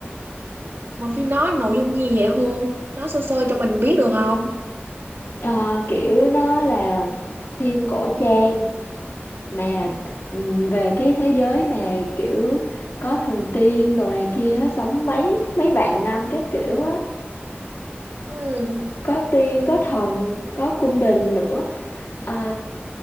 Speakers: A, on the right; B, on the left.
A: mà phim đó nội dung gì vậy Hương? Nói sơ sơ cho mình biết được không?
B: Ờ, kiểu nó là phim cổ trang mà ừm, về cái thế giới mà kiểu có thần tiên đồ này kia á, sống mấy mấy vạn năm các kiểu á
A: Ừ.
B: có tiên có thần có cung đình nữa Ờ,